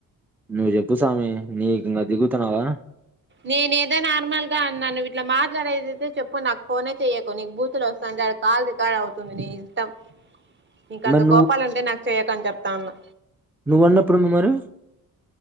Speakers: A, in the centre; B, on the right.
A: నువ్వు చెప్పు స్వామి నీ ఇంకా దిగు తున్నావా
B: నేను ఏదో నార్మల్గా అన్నాను వీట్లా మాట్లాడేదియితే చెప్పు నాకు ఫోనే చెయ్యకు నీకు బూతులో వస్తాంటే అ కాల్ రికార్డ్ అవుతుంది నీ ఇష్టం ఇంకంత
A: మరి
B: కోపాలు అంటే నాకు చేయ్యకని చెప్ప తన
A: నువ్వు అన్నప్పుడుంది మరి